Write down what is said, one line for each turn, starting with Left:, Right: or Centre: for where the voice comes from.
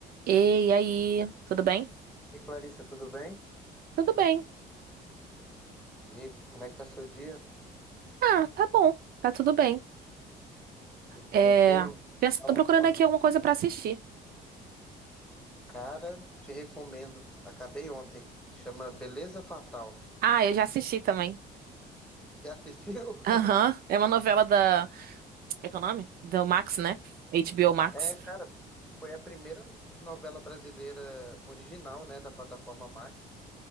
Right: Ei, e aí, tudo bem?
Centre: E Clarissa, tudo bem?
Right: Tudo bem.
Centre: E aí, como é que tá seu dia?
Right: Ah, tá bom, tá tudo bem.
Centre: Tudo
Right: É,
Centre: tranquilo?
Right: pensa-
Centre: Calma.
Right: tô procurando aqui alguma coisa pra assistir.
Centre: Cara, te recomendo. Acabei ontem. Chama Beleza Fatal.
Right: Ah, eu já assisti também.
Centre: Já assistiu?
Right: Aham,
Centre: <laughs>
Right: é uma novela da. É que é o nome? Do Max, né? HBO Max.
Centre: É, cara, foi a primeira novela brasileira original, né, da plataforma Max.